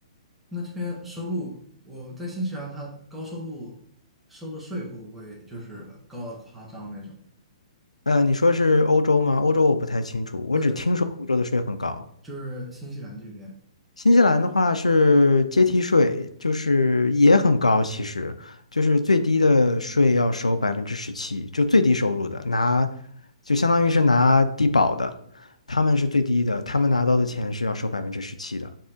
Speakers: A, in the centre; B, on the left.
A: 那这边收入，我在新西兰，它高收入收的税会不会就是高的夸张那种？
B: 呃，你说是欧洲吗？欧洲我不太清楚，我只听说欧洲的税很高。
A: 不是，就是新西兰这边。
B: 新西兰的话是阶梯税，就是也很高，其实就是最低的税要收百分之十七，就最低收入的拿，就相当于是拿低保的，他们是最低的，他们拿到的钱是要收百分之十七的。